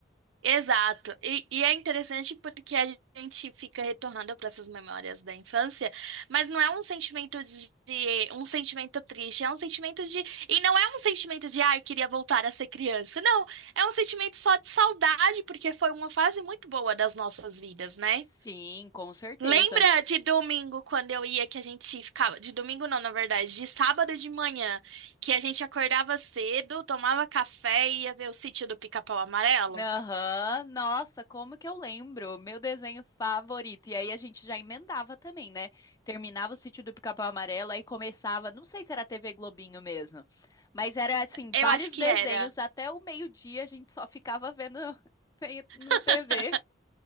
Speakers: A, on the right; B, on the left.
A: Exato. E, e é interessante porque a gente fica retornando para essas memórias da infância, mas não é um sentimento de, de- um sentimento triste, é um sentimento de e não é um sentimento de ah, eu queria voltar a ser criança. Não, é um sentimento só de saudade porque foi uma fase muito boa das nossas vidas, né?
B: Sim, com certeza.
A: Lembra de domingo quando eu ia que a gente ficava de domingo não, na verdade, de sábado de manhã, que a gente acordava cedo, tomava café e ia ver o sítio do Pica-Pau Amarelo?
B: Aham, Nossa, como que eu lembro? Meu desenho favorito. E aí a gente já emendava também, né? Terminava o Sítio do Pica-Pau Amarelo e começava, não sei se era TV Globinho mesmo, mas era assim, vários
A: Eu acho que
B: desenhos
A: era.
B: até o meio-dia a gente só ficava vendo <laughs> no
A: <laughs>
B: TV.